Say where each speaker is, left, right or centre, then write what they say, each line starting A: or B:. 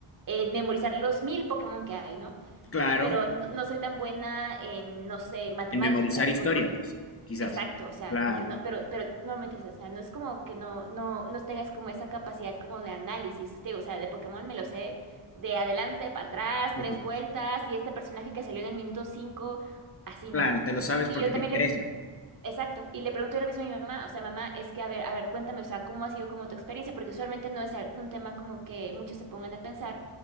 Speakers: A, on the right; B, on the left.
A: en memorizar los mil Pokémon que hay, ¿no?
B: Claro.
A: pero no, no soy tan buena en, no sé, matemáticas,
B: En memorizar historia,
A: porque,
B: pues. Quizás.
A: exacto, o sea,
B: Claro.
A: como que no, pero, pero no me metes, o sea, no es como que no, no, no tengas como esa capacidad como de análisis, te digo, o sea, de Pokémon me lo sé de adelante para atrás,
B: <laughs>
A: tres vueltas, y este personaje que salió en el minuto cinco, así,
B: Claro,
A: ¿no?
B: te lo sabes
A: Y
B: porque
A: yo también
B: te interesa.
A: le, Exacto, y le pregunté lo mismo a mi mamá, o sea, mamá, es que, a ver, a ver, cuéntame, o sea, ¿cómo ha sido como tu experiencia? Porque usualmente no es al- un tema como que muchos se pongan a pensar,